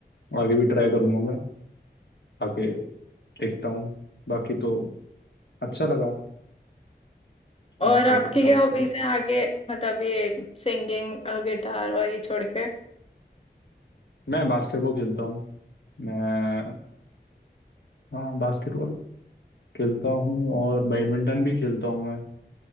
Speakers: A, on the left; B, on the left.
A: आगे भी ट्राई करूंगा मैं आगे देखता हूँ बाकी तो अच्छा लगा तुमसे
B: और आपकी
A: जान
B: क्या हॉबीज
A: के
B: हैं आगे मतलब ये सिंगिंग गिटार और ये छोड़ के
A: मैं बास्केटबॉल खेलता हूँ मैं हाँ बास्केटबॉल खेलता हूँ और बैडमिंटन भी खेलता हूँ मैं